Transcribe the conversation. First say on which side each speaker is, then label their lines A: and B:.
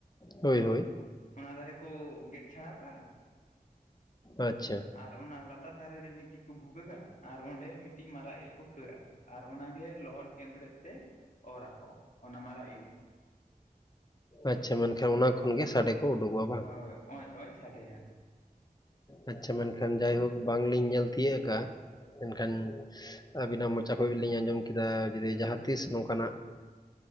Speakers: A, on the left; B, on the left.
A: ᱦᱳᱭ ᱦᱳᱭ᱾
B: ᱚᱱᱟ ᱫᱷᱟᱨᱮ ᱠᱩ ᱜᱮᱫ ᱪᱷᱟᱲᱟᱣ ᱠᱟᱜ-ᱟ
A: ᱟᱪ-ᱪᱷᱟ᱾
B: ᱟᱨ ᱚᱱᱟ ᱞᱟᱛᱟᱨ ᱫᱷᱟᱨᱮ ᱨᱮ ᱢᱤᱴᱤᱡ ᱠᱚ ᱵᱷᱩᱜᱟᱹᱜᱟ ᱟᱨ ᱚᱸᱰᱮ ᱢᱤᱴᱤᱜ ᱢᱟᱨᱟᱜ ᱤᱞ ᱠᱚ ᱠᱷᱟᱹᱲᱟᱜ-ᱟ᱾ ᱟᱨ ᱚᱱᱟᱜᱮ ᱞᱚᱦᱚᱫ ᱜᱮᱸᱫᱽᱨᱮᱡ ᱛᱮ ᱚᱨ ᱟᱠᱚ ᱚᱱᱟ ᱢᱟᱨᱟᱜ ᱤᱞ᱾
A: ᱟᱪᱪᱷᱟ ᱢᱮᱱᱠᱷᱟᱱ ᱚᱱᱟ ᱠᱷᱚᱱ ᱜᱮ ᱥᱟᱰᱮ ᱠᱚ ᱩᱰᱩᱠᱚᱜ-ᱟ᱾
B: ᱦᱳᱭ ᱚᱸᱡ ᱚᱸᱡ ᱥᱟᱰᱮᱭᱟ᱾
A: ᱟᱪᱪᱷᱟ ᱢᱮᱱᱠᱷᱟᱱ ᱡᱟᱭᱦᱳᱠ ᱵᱟᱝᱞᱤᱧ ᱧᱮᱞ ᱛᱤᱭᱟᱹᱜ ᱠᱟᱜ-ᱟ᱾ ᱢᱮᱱᱠᱷᱟᱱ ᱟᱹᱵᱤᱱᱟᱜ ᱢᱚᱪᱟ ᱠᱷᱚᱡ ᱜᱮᱞᱤᱧ ᱟᱸᱡᱚᱢ ᱠᱮᱫᱟ ᱡᱩᱫᱤ ᱡᱟᱸᱦᱟ ᱛᱤᱥ ᱱᱚᱝᱠᱟᱱᱟᱜ